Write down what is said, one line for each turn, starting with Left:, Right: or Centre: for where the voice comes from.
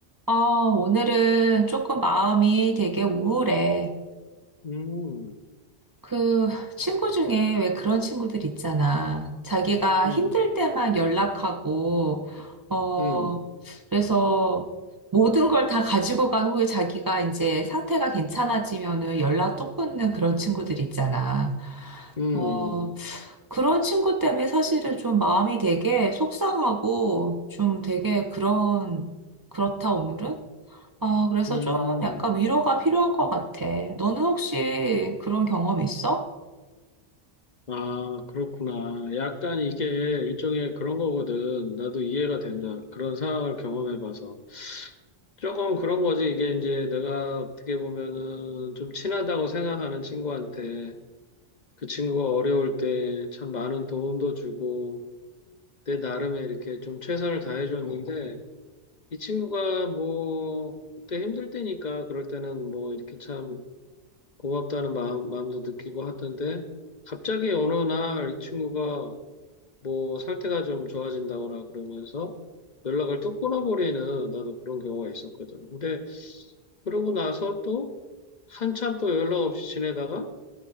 Right: 아, 오늘은 조금 마음이 되게 우울해.
Left: 음,
Right: 그 친구 중에 왜 그런 친구들 있잖아. 자기가
Left: 음,
Right: 힘들 때만 연락하고, 어,
Left: 음,
Right: 그래서 모든 걸 다 가지고 간 후에 자기가 이제 상태가 괜찮아지면은 연락 또 끊는 그런 친구들 있잖아.
Left: 음,
Right: 어, 그런 친구 때문에 사실은 좀 마음이 되게 속상하고 좀 되게 그런, 그렇다 오늘은? 아, 그래서
Left: 음.
Right: 좀 약간 위로가 필요한 것 같아. 너는 혹시 그런 경험 있어?
Left: 아, 그렇구나. 약간 이게 일종의 그런 거거든. 나도 이해가 된다. 그런 상황을 경험해봐서. 조금 그런 거지. 이게 이제 내가 어떻게 보면은 좀 친하다고 생각하는 친구한테 그 친구가 어려울 때 참 많은 도움도 주고 내 나름의 이렇게 좀 최선을 다해줬는데 이 친구가 뭐 그때 힘들 때니까 그럴 때는 뭐 이렇게 참 고맙다는 마음, 마음도 느끼고 하던데, 갑자기 어느 날 이 친구가 뭐 상태가 좀 좋아진다거나 그러면서 연락을 또 끊어버리는 나도 그런 경우가 있었거든. 근데 그러고 나서 또 한참 또 연락 없이 지내다가